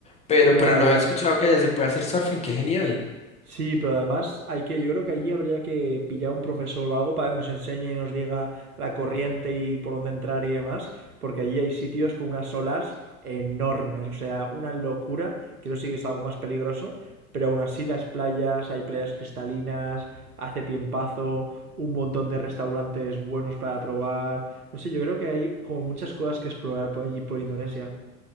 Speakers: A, on the left (about 15°); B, on the right (about 85°).
A: Pero,
B: Ya,
A: pero no
B: ya.
A: había escuchado que allá se puede hacer surfing, qué genial.
B: Sí, pero además hay que, yo creo que allí habría que pillar un profesor o algo para que nos enseñe y nos diga la corriente y por dónde entrar y demás, porque allí hay sitios con unas olas enormes, o sea, una locura, que eso sí que es algo más peligroso, pero aún así las playas, hay playas cristalinas, hace tiempazo, un montón de restaurantes buenos para probar, no sé, yo creo que hay como muchas cosas que explorar por allí, por Indonesia.